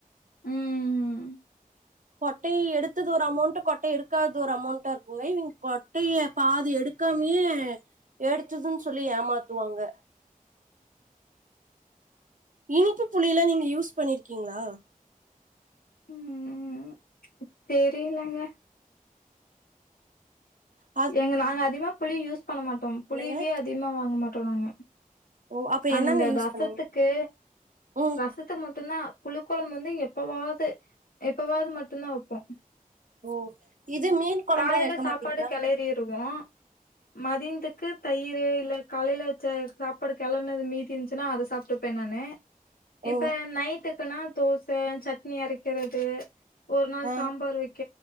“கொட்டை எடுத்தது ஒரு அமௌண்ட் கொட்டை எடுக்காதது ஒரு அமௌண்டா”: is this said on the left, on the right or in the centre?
Right